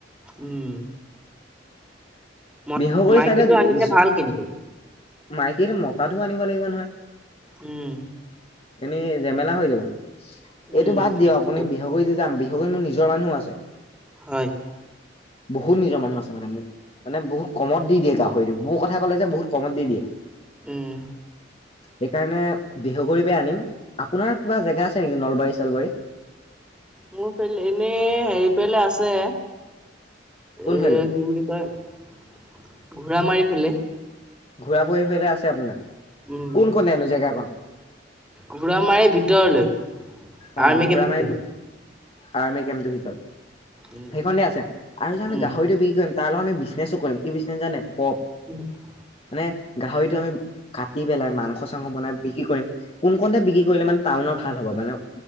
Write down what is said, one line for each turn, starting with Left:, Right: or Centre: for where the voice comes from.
Centre: উম। মত
Left: বিহগুৰি
Centre: মাইকীটো
Left: চাইদত
Centre: আনিলে
Left: যো,
Centre: ভাল কিন্তু।
Left: মাইকী মতাতো আনিব লাগিব নহয়।
Centre: উম।
Left: এনেই ঝোমেলা হৈ যাব, এইটো
Centre: উম,
Left: বাদ
Centre: সেইটো
Left: দিয়ক আপুনি
Centre: হয়।
Left: বিহগুৰি যে যাম বি মোৰ নিজৰ মানুহ আছে।
Centre: হয়।
Left: বহুত নিজৰ মানুহ আছে মো মানে বহুত কমত দি দিয়ে গাহৰিটো মোৰ কথা ক'লে যে বহুত কমত দি দিয়ে।
Centre: উম।
Left: সেইকাৰণে বিহু গুৰি পাই আনিম, আপোনাৰ কিবা জেগা আছে নেকি নলবাৰী চলবাৰী।
Centre: মোৰ ফেলে এনেই হেৰি ফেলে আছে,
Left: কোনফালে
Centre: এ কি বুলি <unintelligible> ঘোৰা মাৰি ফেলে।
Left: ঘূৰা ফহি পেলাই আছে আপোনাৰ।
Centre: উম,
Left: কোন কনেনো জেগাকন
Centre: ঘোৰা মাৰি ভিতৰলৈ।
Left: অ,
Centre: আৰ্মি
Left: ঘোৰা
Centre: কেমটো
Left: মাৰি
Centre: ফালে।
Left: আৰ্মি কেম্পটোৰ ভিতৰত,
Centre: উম
Left: সেইখনতে আছে আৰু যে আমি
Centre: উম
Left: গাহৰিটো বিক্ৰী কৰিম তাৰ লগত আমি বিজনেছো কৰিম কি বিজনেছ জানে পপ।
Centre: <unintelligible>
Left: মানে গাহৰিটো আমি কাটি পেলাই মাংস চাংস বনাই বিক্ৰী কৰিম। কোন কণে বিক্ৰী কৰিলে মানে টাউনৰ ভাল হ'ব মানে,